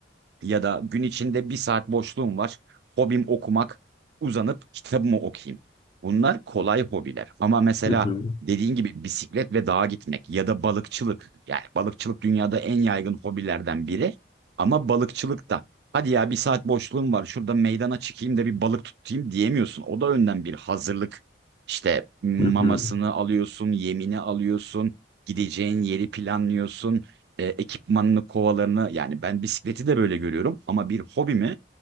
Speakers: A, on the right (about 60°); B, on the left (about 25°).
A: ya da gün içinde bir saat boşluğum var. Hobim okumak, uzanıp kitabımı okuyayım. Bunlar kolay hobiler. Ama mesela
B: Hı hı,
A: dediğin gibi bisiklet ve dağa gitmek ya da balıkçılık. Yani balıkçılık dünyada en yaygın hobilerden biri. Ama balıkçılık da hadi ya bir saat boşluğum var şurada meydana çıkayım da bir balık tutayım diyemiyorsun. O da önden bir hazırlık. İşte mamasını
B: hı hı,
A: alıyorsun, yemini alıyorsun, gideceğin yeri planlıyorsun e, ekipmanını, kovalarını yani ben bisikleti de böyle görüyorum ama bir hobi mi?